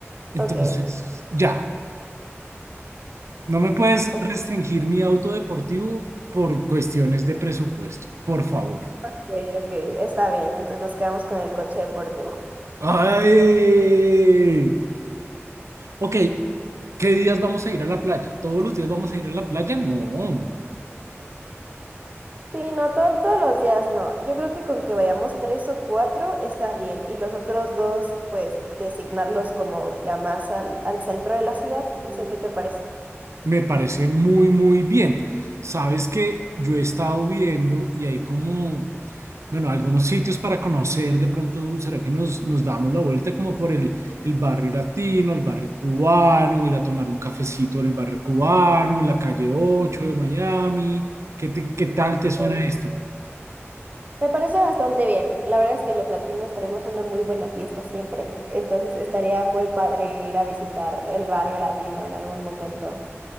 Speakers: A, on the right; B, on the right.
A: Entonces,
B: Ok,
A: ya, no me puedes
B: ok,
A: restringir mi auto deportivo por cuestiones de presupuesto, por favor.
B: ok, está bien. Entonces nos quedamos con el coche deportivo.
A: ¡Ay! Ok, ¿qué días vamos a ir a la playa? ¿Todos los días vamos a ir a la playa? No,
B: Sí, no, todo, todos los días no. Yo creo que con que vayamos tres o cuatro está bien. Y los otros dos, pues, designarlos como ya más al, al centro de la ciudad. No sé qué te parece.
A: me parece muy, muy bien. Sabes que yo he estado viendo y hay como Bueno, algunos sitios para conocer, de pronto, ¿será que nos, nos damos la vuelta como por el, el barrio latino, el barrio cubano, ir a tomar un cafecito en el barrio cubano, en la calle 8 de Miami? ¿Qué, te- qué tal te suena
B: Eh,
A: esto?
B: Me parece bastante bien. La verdad es que los latinos tenemos una muy buena fiesta siempre. Entonces estaría muy padre ir a visitar el barrio latino en algún momento.